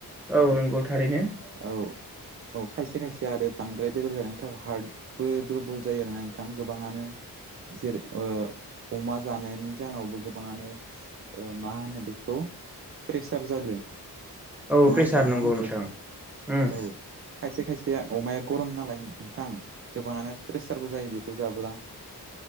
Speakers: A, in the centre; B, on the right.
A: औ नंगौ थारैनो
B: औ औ खायसे खायसे आरो बांद्राय बेदर जानायनि थाखाय हार्टबो दुरबल जायो आरोना नोंथां गोबाङानो। जेरै ओ अमा जानायनि जाहावबो गोबाङानो ओ मा होनो बेखौ प्रेसार जादो। नङा
A: औ प्रेसार
B: होमबा नोंथाङा?
A: नंगौ नोंथां उम
B: औ खायसे खायसे अमाया गरम नालाय नोंथां गोबाङानो प्रेसारबो जायो बेखौ जाब्ला।